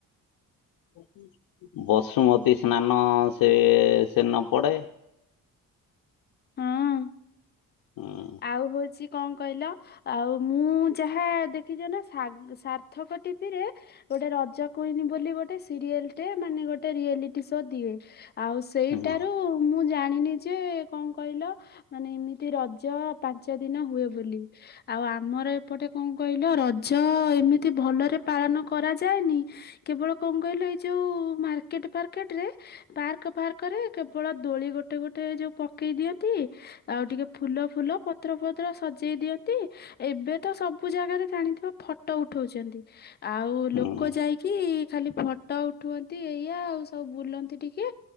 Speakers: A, on the left; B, on the left.
A: <inaudible> ବସୁମତୀ ସ୍ନାନ ସେ ସେ ନ ପଡ଼େ।
B: ହଁ।
A: ହୁଁ।
B: ଆଉ ହଉଛି କଣ କହିଲ? ଆଉ ମୁଁ ଯାହା ଦେଖିଛ ନା ସାର୍ଥକ ଟିଭିିରେ ଗୋଟେ ରଜ କୁଇନି ବୋଲି ଗୋଟେ ସିରିଏଲ ଟେ ମାନେ ଗୋଟେ ରିଆଲିଟି ସୋ ଦିଏ। ଆଉ ସ ସେଇଟାରୁ
A: ହୁଁ
B: ମୁଁ ଜାଣିନି ଯେ କଣ କହିଲ ମାନେ ଏମିତି ର ରଜ ପାଞ୍ଚ ଦିନ ହୁଏ ବୋଲି। ଆଉ ଆମର ଏପଟେ କଣ କହିଲ ରଜ ଏମିତି ଭଲରେ ପାଳନ କରାଯାଏନି। କେବଳ କଣ କହିଲ ଏଇ ଯୋଉ ମାର୍କେଟ ଫାର୍କେଟ ରେ ପାର୍କ ଫାର୍କ ରେ କେବଳ ଦୋଳି ଗୋଟେ ଗୋଟେ ଯୋଉ ପକେଇ ଦିଅନ୍ତି। ଆଉ ଟିକେ ଫୁଲ ଫୁଲ ପତ୍ର ଫତ୍ର ସଜେଇ ଦିଅନ୍ତି। ଏବେ ତ ସବୁ ଜାଗାରେ ଜାଣିଥିବ ଫଟୋ ଉଠଉଛନ୍ତି। ଆଉ
A: ହୁଁ
B: ଲୋକ ଯାଇକି କି ଖାଲି ଫଟୋ ଉଠନ୍ତି ଏଇଆ ଆଉ ସବୁ ବୁଲନ୍ତି ଟିକେ।